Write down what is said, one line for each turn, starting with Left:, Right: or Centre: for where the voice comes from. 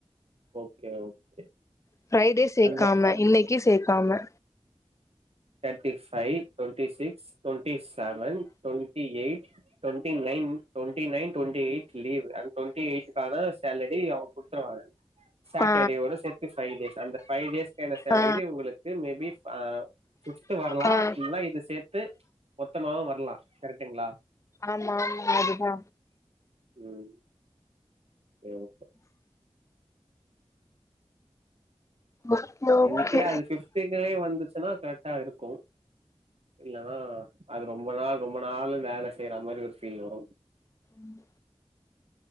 Right: okay okay
Left: Friday சேக்காம
Right: அந்த
Left: இன்னைக்கு சேத் க்காம
Right: thirty five twenty six twenty seven twenty eight twenty nine twenty nine twenty eight leave அது டுவெண்டி எய்ட் காண சாலரி அவுங்க குடுத்துருவாங்க சாட்டர்டே
Left: ஆ
Right: ஓட சேத்து ஃபைவ் டேஸ் அந்த ஃபைவ் டேஸ்கான சேலரி
Left: ஆ ஆ
Right: உங்களுக்கு மேபி ஆஹ் ஃபிப்த் வரலாம்
Left: ஆ ஆமா
Right: இல்லனா இது சேத்து மொத்தமாவும் வரலாம் கரெக்டுங்களா
Left: ஆமா அதுதா
Right: உம் எவ
Left: ஓகே ஓகே
Right: இன்னிக்கே அது ஃபிப்ட்டிகுல்லயே வந்துச்சுன்னா கரெக்டா இருக்கும் இல்லன்னா அது ரொம்ப நாள் ரொம்ப நாளும் வேல செய்ற மாரி ஒரு ஃபீல் வரும்
Left: ம்